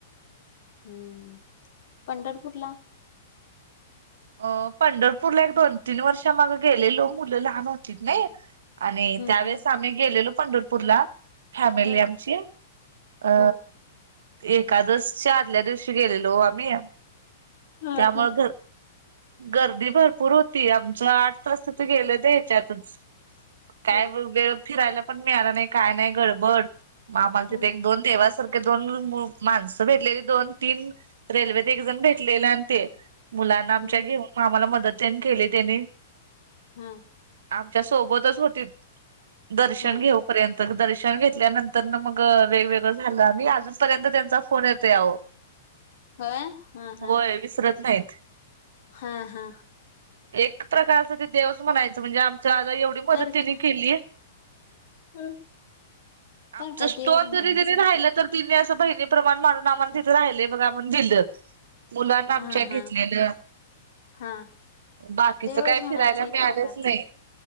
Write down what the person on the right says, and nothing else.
अ पंढरपूरला एक दोन तीन वर्ष माग गेलेलो मुलं लहान हो तीत
नई, आणि
त्यावेेळेस
आम्ही गेलेलो पंढरपूरला. फॅमिली
आमची, अ
एकादसच्या आदल्या दिवशी गेलेलो ओ आम्ही,
त्यामुळ
घर गर्दी भरपूर होती आमच आठ तास तीथ गेलं याच्यातच काय
म वेळ फिरायला पण मिळाला नाही काय नाही गडबड, आम्हाला
तिथे एक दोन देवास सारखे दोन मु-माणसं भेटलेली दोन तीन, रेल्वेत एकजण
भेटलेले आणि ते. मुलांना आमच्या
घेऊन म आम्हाला मदत त्यांनी केली त्यानी.
आमच्या सोबतच होतीत, दर्शन
घेऊ पर्यंत दर्शन घेतल्यानंतरन मग वेगवेगळं झालं आम्ही
अजून पर्यंत त्यांचा फोन येतोय अहो.
होय विसरत नाहीत.
एक प्रकारच ते देवस म्हणायचं म्हणजे आमच्या आता एवढी मदत
त्यांनी
केलीय
आमचा
स्टोन
जरी त राहिलं तर तिने असं बहिणी प्र्रमाण माणून आम्हाला तिथे राहिय बघा म्हण दिलं मुलांना
आमच्या
घेतलेलं
बाकीचं
काय
फिरायला
मिळालंच
नाही